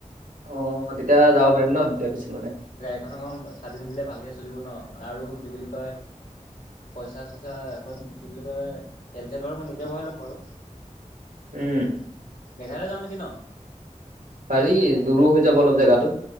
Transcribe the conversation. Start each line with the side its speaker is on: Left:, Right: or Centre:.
Right: অ' তেতিয়া যাব পাৰিম ন তেতিয়াৰ পিছত মানে।
Left: প্ৰথখন চাৰ্ভিচিং দিলে ভালকৈ চলিব ন আৰু কি বুলি কয় পইচা চইচা এখন কি বুলি কয় তেল চেল ঘ মই নিজে ভৰাই ল'ম বাৰু।
Right: উম।
Left: মেঘালয় যা নেকি ন?
Right: পাৰি দূৰো হৈ যাব অলপ জেগাতো।